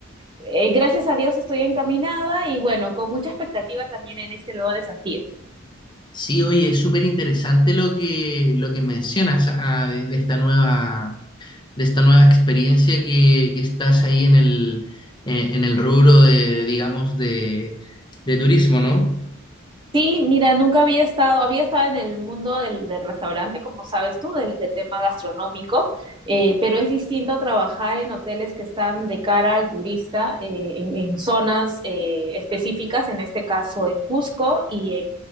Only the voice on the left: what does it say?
Sí, oye, es súper interesante lo que, lo que mencionas ah, de, de esta nueva, de esta nueva experiencia que, que estás ahí en el, eh, en el rubro de, digamos, de, de turismo, ¿no?